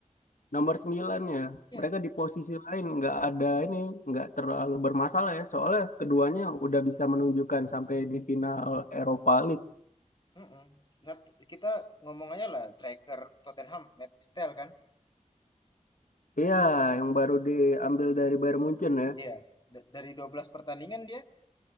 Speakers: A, on the left (about 75°); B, on the left (about 35°).
A: Nomor 9 ya.
B: Iya.
A: Mereka di posisi lain nggak ada ini, nggak terlalu bermasalah ya. Soalnya keduanya udah bisa menunjukkan sampai di final Eropa League.
B: mm-mm. Sat- Kita ngomong aja lah striker Tottenham, Matt Stell kan?
A: Iya, yang baru diambil dari Bayern Munchen ya,
B: Iya, da- dari 12 pertandingan dia